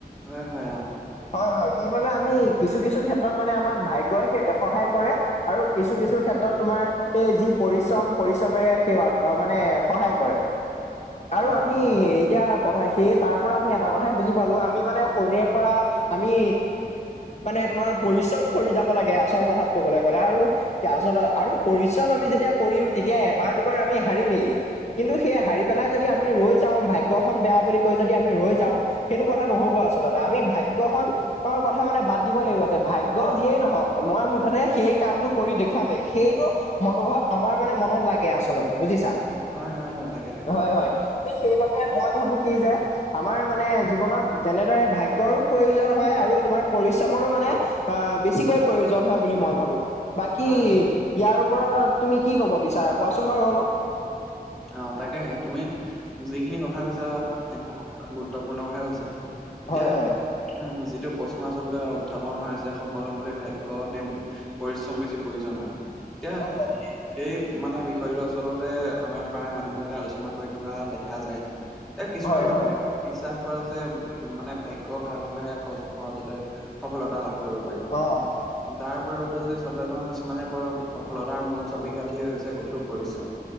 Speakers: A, in the centre; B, on the left.
A: হয় হয় অ
B: হয় হয় সেইবাবে আমি কিছু কিছু ক্ষেত্ৰত মানে আমাক ভাগ্যই সহায় কৰে। আৰু কিছু কিছু ক্ষেত্ৰত তোমাৰ এই যি পৰিশ্ৰম পৰিশ্ৰমেৰে সেইয়া মানে সহায় কৰে।
A: হয়
B: আৰু আমি
A: হয় তাকে
B: এতিয়া কথা সেই তাৰ পৰা আমি এটা কথাই বুজি পালো আমি মানে সৰুৰে পৰা আমি মানে তোমাৰ পৰিশ্ৰম কৰি যাব লাগে আচল কথাত কবলৈ গ'লে আৰু আচল আৰু পৰিশ্ৰম আমি যেতিয়া কৰিম তেতিয়া এবাৰ দুবাৰ আমি হাৰিমেই কিন্তু সেই হাৰি পেলাই যদি আমি ৰৈ যাওঁ ভাগ্যখন বেয়া বুলি কৈ যদি আমি ৰৈ যাওঁ - সেইটো কথা নহব আচলতে আমি ভাগ্যখন তেওঁ কথা মানে বাদ দিব লাগিব যে ভাগ্য যিয়েই নহওক মই মুঠতে সেই কামটো কৰি দেখুৱামেই সেইটো মনোভাৱ আমাৰ মানে মনত লাগে আচলতে বুজিছা -
A: হয় হয় অ তাকে তাকে
B: হয় হয় ঠিক সেইবাবে মই ভাবো কি যে আমাৰ মানে জীৱনত যেনেদৰে ভাগ্যৰো প্ৰয়োজন হয় আৰু তোমাৰ পৰিশ্ৰমৰো মানে অ বেছিকৈ প্ৰয়োজন হয় বুলি মই ভাবোঁ। বাকী
A: হয় হয়
B: ইয়াৰ ওপৰত তুমি কি কব বিচাৰা কোৱাচোন বাৰু অলপ?
A: অ তাকেহে তুমি যিখিনি কথা কৈছা - গুৰুত্বপূৰ্ণ কথা কৈছা এতিয়া
B: হয় হয়
A: উ যিটো প্ৰশ্ন আচলতে উত্থাপন হয় যে সফল হবলে ভাগ্য নে পৰিশ্ৰম বেছি প্ৰয়োজন হয় এতিয়া
B: অ
A: সেই মানে বিষয়টো আচলতে আমাৰ প্ৰায় মানুহ বিলাকে আলোচনা কৰি থকা দেখা যায় এ কিছুমান
B: হয়
A: মানুহে
B: হয়
A: বিশ্বাস কৰা যে মানে ভাগ্য ভাল হলেহে সহজ সহজতে সফলতা লাভ কৰিব পাৰি
B: অ
A: তাৰ পৰিবৰ্তে যদি চাবলৈ যাওঁ কিছুমানে কৈ সফলতাৰ মূল ছবি কাঠিয়ে হৈছে কঠোৰ পৰিশ্ৰম।